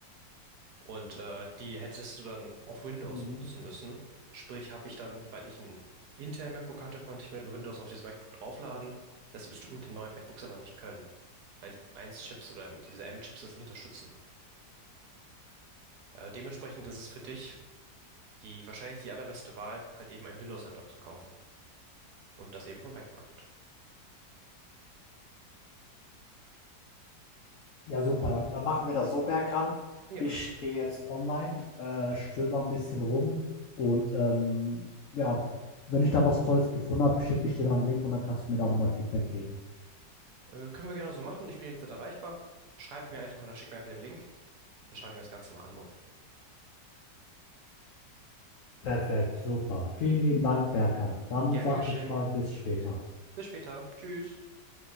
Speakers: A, on the right; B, on the left.
A: Und äh, die hättest du dann auf Windows
B: mhm.
A: nutzen müssen. Sprich, habe ich dann, weil ich ein Intel MacBook hatte, konnte ich mir dann Windows auf dieses MacBook draufladen. Das wirst du mit den neuen MacBooks aber nicht können. weil die 1-Chips oder diese M-Chips das nicht unterstützen. Äh, dementsprechend ist es für dich die wahrscheinlich die allerbeste Wahl, halt eben einen Windows-Laptop zu kaufen. Und das eben vom Back Market.
B: Ja, super. Dann, dann machen wir das so, Berkan.
A: Ja,
B: Ich gehe jetzt online, äh, stöber ein bisschen rum und ähm, ja, wenn ich da was Tolles gefunden habe, schicke ich dir da einen Link und dann kannst du mir da nochmal Feedback geben.
A: äh, können wir gerne so machen. Ich bin jederzeit erreichbar. Schreibt mir einfach oder schickt mir einfach den Link. Dann schaue ich mir das Ganze mal an. Mo.
B: Perfekt, super. Vielen lieben Dank, Berkan. Dann
A: Gerne
B: sage
A: geschehen.
B: ich mal bis später.
A: Bis später. Tschüss.